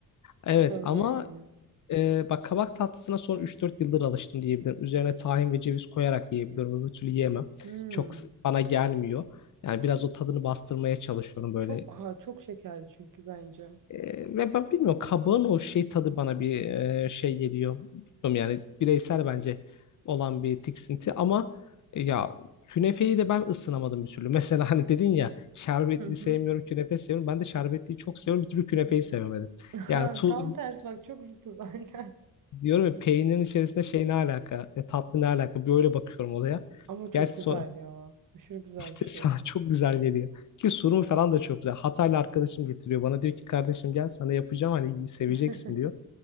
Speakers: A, on the left; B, on the right.
A: Evet
B: Bu konuda
A: ama
B: yani.
A: Ee, bak kabak tatlısına son üç dört yıldır alıştım diyebilirim. Üzerine tahin ve ceviz koyarak yiyebiliyorum. Öbür türlü yiyemem.
B: Hmm.
A: Çok s- bana gelmiyor. Yani biraz o tadını bastırmaya çalışıyorum böyle.
B: Çok aha, çok şekerli çünkü bence.
A: Ee, ve ben bilmiyorum kabağın o şey tadı bana bir e, şey geliyor. Bilmiyorum yani bireysel bence olan bir tiksinti ama e, ya künefeyi de ben ısınamadım bir türlü. <laughs> Mesela hani dedin ya şerbetli
B: Hı hı.
A: sevmiyorum künefe seviyorum. Ben de şerbetliyi çok seviyorum. Bir türlü künefeyi sevemedim.
B: <laughs>
A: Yani tu
B: Tam tersi bak çok zıtız aynen.
A: diyorum ya peynirin içerisinde şey ne alaka? E, tatlı ne alaka? Böyle bakıyorum olaya.
B: Ama çok
A: Gerçi
B: güzel
A: son,
B: ya. Aşırı güzel
A: <laughs>
B: bir şey.
A: sana çok güzel geliyor. Ki sunumu falan da çok güzel. Hataylı arkadaşım getiriyor bana diyor ki kardeşim gel sana yapacağım hani seveceksin
B: <laughs>
A: diyor.